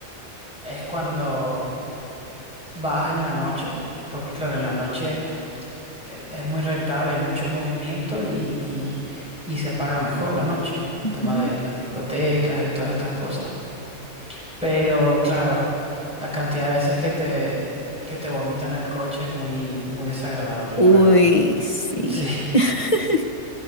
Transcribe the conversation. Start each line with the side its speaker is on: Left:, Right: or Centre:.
Centre: es cuando vas en la noche, porque claro, en la noche eh, es muy rentable, hay mucho movimiento y, y, y se paga mejor la noche, el
Left: Ujú.
Centre: tema de las discotecas y todas estas cosas. Pero claro, la cantidad de veces que te, que te vomitan el coche es muy, muy desagradable,
Left: Uy,
Centre: la verdad.
Left: sí.
Centre: Sí,
Left: <laughs>